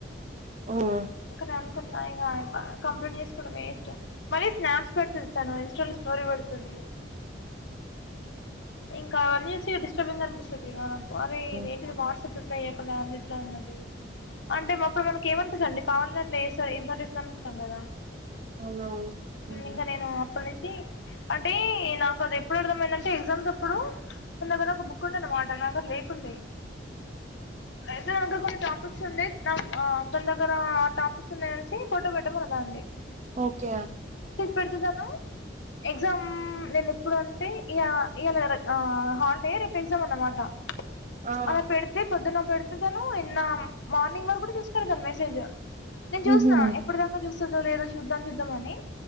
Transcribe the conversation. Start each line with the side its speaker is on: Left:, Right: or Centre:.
Right: హ్మ్
Left: <unintelligible> కద కున్నాయి గా కంప్లైంట్ చేసుకోవడం వేస్ట్ మళ్ స్నాప్స్ పెడుతది తను ఇంస్టా లో స్టోరీ పెడుతది ఇంకా అనేసి డిస్టర్బింగ్ అనిపిస్తది మనం మరి
Right: హ్మ్
Left: ఇది ఏంటిది వాట్సాప్ రిప్లై ఇయకుండా మ్యూట్ లో ఉన్నది అంటే అప్పుడు మనకి ఏమనిపిస్తుందండి కావాలని అట్లా ఏన్నట్ <unintelligible> ఇస్తుా అనుకుంటాం కదా
Right: అవునవును హ్మ్
Left: ఇంకా నేను అప్పటి నుంచి అంటే నా అది ఎప్పుడు అర్థం అయిందంటే ఎగ్జామ్స్ అ ప్పుడు ఉన్నా కద ఒక బుక్ ఉండే అన్నమాట నాకు అది లేకుండే ఐజగ్ <unintelligible> అందుకుట ఉండే నా ఆ తన దగ్గర టాపిక్స్ ఉన్నాయి అనేసి ఫోటో పెట్టమంది అండి
Right: ఓకే
Left: పెడుతున్నాను ఎగ్జామ్ నేను ఎప్పుడు అంటే ఇగా ఇలా ఆ హాలిడే రేపు ఎగ్జామ్ అన్నామాట
Right: ఆ
Left: అమె పెడితే పొద్దున్న పెడితే నేను నిన్న మార్నింగ్ వరకు కూడా చూసుకులే తను మెసేజ్ నేను చూసిన
Right: ఊహూ
Left: ఎప్పటిదాకా చూస్తదో లేదో చూద్దాం చూద్దామని